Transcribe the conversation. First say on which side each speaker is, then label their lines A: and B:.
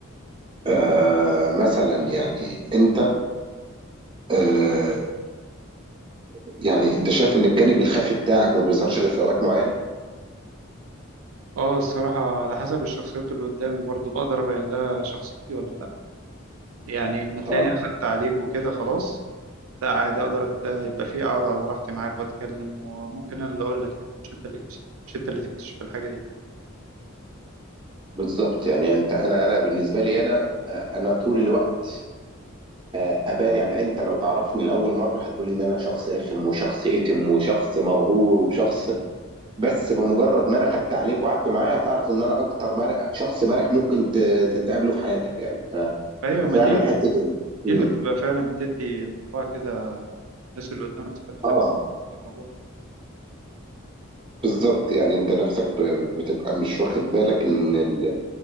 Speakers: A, on the right; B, on the right.
A: آه مثلا يعني انت آه يعني انت شايف ان الجانب الخفي بتاعك ما بيظهرش غير في اوقات معينه
B: اه الصراحة على حسب الشخصيات اللي قدامي برضو بقدر أبين لها شخصيتي ولا لأ يعني اما تلاقيني
A: اه
B: أخدت عليك وكده خلاص لا عادي أقدر أت- يبقى فيه أقعد على راحتي معاك وأتكلم وممكن أنا اللي أقول لك يعني مش أنت اللي تكتشف مش أنت اللي تكتشف الحاجة دي
A: بالظبط يعني انت انا انا بالنسبه لي انا آه، انا طول الوقت آه، ابان يعني انت لو تعرفني لاول مره هتقول ان انا شخص رخم وشخص اتم وشخص مغرور وشخص بس بمجرد ما انا خدت عليك وقعدت معايا هتعرف ان انا اكتر مرح شخص مرح ممكن ت- تتقابله في حياتك يعني
B: أيوة
A: ففعلا
B: ما دي
A: حتة ال
B: دي
A: إمم.
B: اللي بتبقى فعلا بتدي انطباع كده الناس اللي قدامك ساعات بتبقى
A: آه،
B: مستغربات
A: بالضبط، يعني أنت نَفْسك ب بتبقى مش واخد بالك إن ال